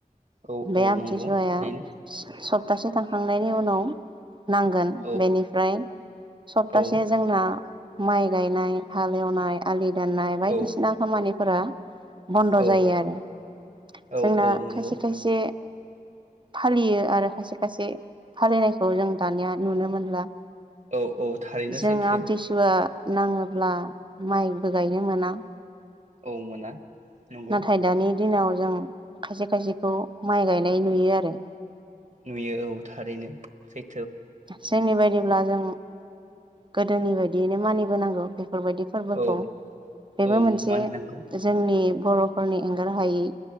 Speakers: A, on the right (about 55°); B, on the right (about 35°).
A: औ
B: बे
A: औ
B: आमथिसुवाया
A: नंगौ थारैनो
B: सब सप्तासे थांखांनायनि उनाव नांगोन
A: औ
B: बेनिफ्राय सप्तासे
A: औ
B: जोंना माइ गायनाय हाल एवनाय आलि दाननाय बायदिसिना
A: औ
B: खामानि फोरा बन्द जायो
A: औ
B: आरो जोंना
A: औ औ नंगौ
B: खायसे खायसे फालियो आरो खायसे खायसे फालिनायखौ जों दानिया नुनो मोनला।
A: औ औ थारैनो
B: जों
A: सैथो
B: आमथिसुवा नाङोब्ला माइबो गायनो मोना
A: औ मोना नंगौ।
B: नाथाय दानि दिनाव जों खायसे खायसेखौ माइ गायनाय नुयो आरो।
A: नुयो औ थारैनो सै
B: जोंनिबादि अब्ला जों गोदोनि बायदियैनो मानिबोनांगौ बे बेफोरबायदि फोरबोखौ
A: औ
B: बेबो
A: औ
B: मोनसे
A: मानिनांगौ
B: जोंनि बर'फोरनि एंगार हायै।